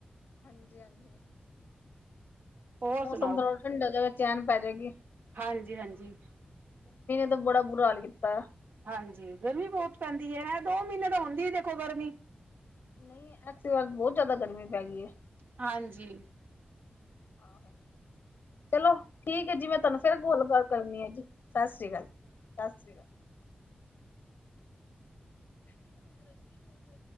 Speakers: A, on the left; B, on the right.
A: ਹਾਂਜੀ ਹਾਂਜੀ।
B: ਹੋਰ
A: ਮੌਸਮ
B: ਸੁਣਾਓ
A: ਥੋੜ੍ਹਾ ਠੰਡਾ ਜਾ ਹੋਵੇ ਚੈਨ ਪੈ ਜਾਏਗੀ।
B: ਹਾਂਜੀ ਹਾਂਜੀ
A: ਦਾ ਬੜਾ ਬੁਰਾ ਹਾਲ ਕੀਤਾ ਆ।
B: ਹਾਂਜੀ ਗਰਮੀ ਬਹੁਤ ਪੈਂਦੀ ਐ ਦੋ ਮਹੀਨੇ ਤਾ ਹੁੰਦੀ ਦੇਖੋ ਗਰਮੀ
A: ਨਹੀ ਐਤ ਕੀ ਵਾਰ ਬਹੁਤ ਜਿਆਦਾ ਗਰਮੀ ਪੈ ਗਈ ਐ।
B: ਹਾਂਜੀ
A: ਆਹੋ ਚਲੋ। ਠੀਕ ਐ ਜੀ ਮੈਂ ਤੁਹਾਨੂੰ ਫੇਰ ਕੋਲ ਕਰਨੀ ਆ ਜੀ। ਸਤਿ ਸ੍ਰੀ ਅਕਾਲ ਜੀ। ਸਤਿ ਸ੍ਰੀ ਅਕਾਲ। <inaudible>